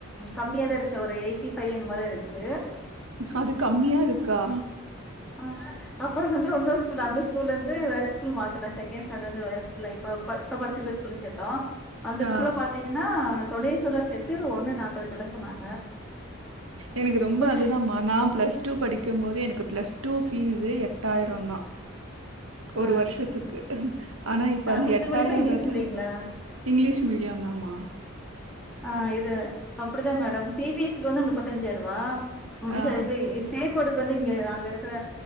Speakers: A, in the centre; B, on the right.
A: கம்மியா தா இருந்துச்சு ஒரு எயிட்டி பைவ் என்னமோதா இருந்துச்சு
B: அது கம்மியா இருக்கா
A: அஹ அப்புறம் வந்து இன்னொரு ஸ்கூல் அந்த ஸ்கூல்ல இருந்து வேற ஸ்கூல் மாத்துனே செகேண்ட் ஸ்டாண்ட்ல இருந்து வேற ஸ்கூல்ல இப்ப இப்ப படிச்சிருக்க சேத்தோ அந்த
B: ஆ
A: ஸ்கூல பாத்தீங்கன்னா பீஸ்சோட சேத்து ஒன்னு நாற்பது கிட்ட சொன்னாங்க
B: எனக்கு ரொம்ப
A: ஊர்ல
B: அது தா மா நா பிளஸ் டூ படிக்கும் போதே எனக்கு பிளஸ் டூ பீஸ்சே எட் எட்டாயிரோந்தா ஒரு
A: ஆ
B: வருஷத்துக்கு ஆனா இப்போ
A: தமிழ்
B: அந்த எட்டாயிரன்றது
A: மீடியமா இங்கிலீஷ் மீடியங்களா
B: இங்கிலிஷ் மீடியம் தான் மா
A: ஆஹ் இது அப்படிதான் madam C B S C வந்து முப்பத்தஞ்சாயிரம் ரூபா <unintelligible>
B: ஆ
A: சார் இது ஸ்டேட் போடு வந்து இங்க நாங்க இருக்கிற